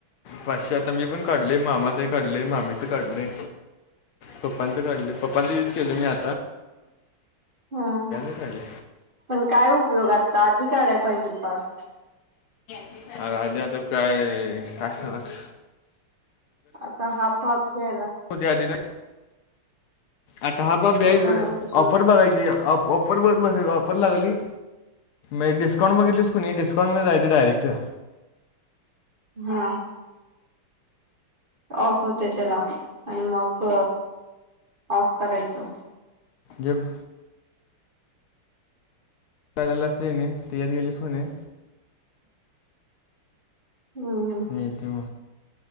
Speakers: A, on the left (about 75°); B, on the right (about 30°).
A: पाशी आता मी पण काढले मामा ते काढले मामीच काढले पप्पांचं काढले पप्पांचं यूज केलं मी आ
B: हम
A: काढले
B: पण काय उपयोगात त आधी काढाय पाहिजे तास
A: अ आधी आता काय कायत
B: आता हाफ हाफ घ्याय लागते
A: आधी ना आता हा प ब्याच
B: ते पण होत सोड
A: अपर बघ की वापर बघ ब वापर लागली मग डिस्काउंट बघितलीच कुणी डिस्काउंटमध्ये जायचं डायरेक्ट कत्ष्ट्या
B: हा ऑफ होते त्याला आणि मग ऑफ करायचं
A: जब ला अस देणे तयात गेलीस कोणे
B: हम्म हम्
A: नितीम